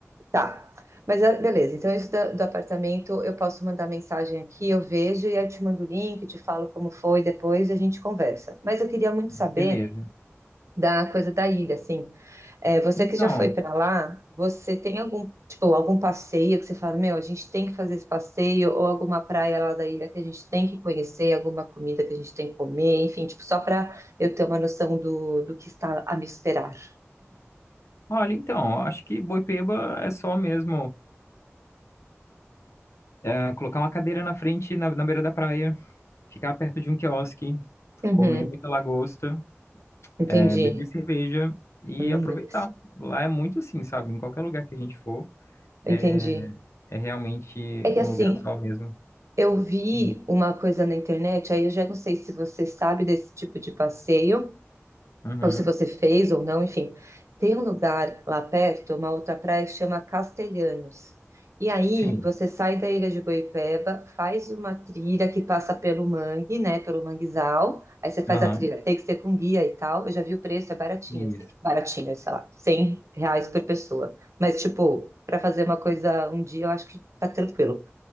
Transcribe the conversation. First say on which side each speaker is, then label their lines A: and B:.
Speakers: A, on the right; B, on the left.
A: Tá. Mas ah, beleza, então isso da- do apartamento eu posso mandar mensagem aqui, eu vejo e eu te mando o link, te falo como foi depois a gente conversa. Mas eu queria muito
B: Beleza.
A: saber da coisa da ilha, assim. É, você
B: Então,
A: que já foi pra lá, você tem algum, tipo, algum passeio que você fala, meu, a gente tem que fazer esse passeio, ou alguma praia lá da ilha que a gente tem que conhecer, alguma comida que a gente tem que comer, enfim, tipo, só pra eu ter uma noção do, do que está a me esperar.
B: Olha, então, acho que Boipeba é só mesmo é, colocar uma cadeira na frente, na, na beira da praia, ficar perto de um quiosque,
A: Uhum,
B: comer muita lagosta,
A: entendi.
B: é, beber cerveja e
A: Hum,
B: aproveitar.
A: beleza.
B: Lá é muito assim, sabe? Em qualquer lugar que a gente for, é,
A: entendi.
B: é realmente
A: É que
B: um
A: assim,
B: lugar só mesmo.
A: eu vi
B: Sim.
A: uma coisa na internet, aí eu já não sei se você sabe desse tipo de passeio.
B: Uhum.
A: ou se você fez ou não, enfim. Tem um lugar lá perto, uma outra praia que chama Castelhanos. E aí
B: Sim.
A: você sai da ilha de Boipeba, faz uma trilha que passa pelo mangue, né, pelo manguezal. Aí você faz
B: Aham.
A: a trilha, tem que ser com guia e tal. Eu já vi o preço, é baratinho,
B: Isso.
A: assim, baratinho, sei lá, 100 reais por pessoa. Mas, tipo, para fazer uma coisa um dia, eu acho que tá tranquilo.